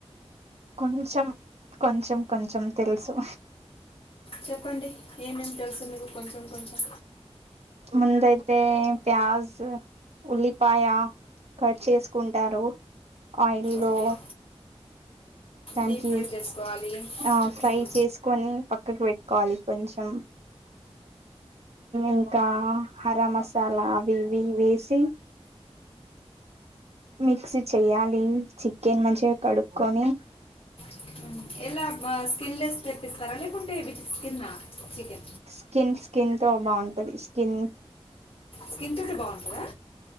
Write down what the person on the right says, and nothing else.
కొంచెం కొంచెం కొంచెం తెలుసు
ముందయితే ప్యాజ్ ఉల్లిపాయ కట్ చేసుకుంటారు ఆయిల్ లో.
దానికి
ఆ ఫ్రై
చేసుకొని పక్కకు పెట్టుకోవాలి కొంచెం ఇంకా హరా మసాలా అవి ఇవి వేసి. మిక్స్ చెయ్యాలి చికెన్ మంచిగా కడుక్కకొని
Skin skin తో బాగుంటది స్కిన్